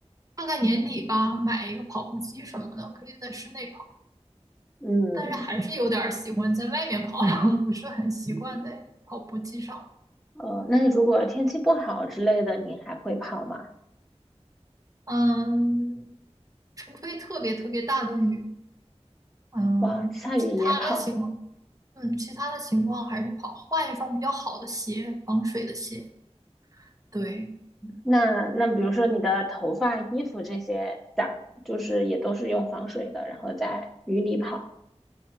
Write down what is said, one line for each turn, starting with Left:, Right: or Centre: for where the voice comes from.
Right: 看看年底吧，
Centre: 嗯
Right: 买一个跑步机什么的，可以在室内跑，
Centre: 嗯，
Right: 但是还是有点儿喜欢在外面跑，<laughs> 不是很习惯在跑步机上。
Centre: 呃，那如果天气不好之类的，你还会跑吗？
Right: 嗯，除非特别特别大的雨。嗯，
Centre: 哇，下雨也跑。
Right: 其他的情况，嗯，其他的情况还是跑，换一双比较好的鞋，防水的鞋。对，
Centre: 那那比如说你的头发、衣服这些打，就是也都是用防水的，然后在雨里跑。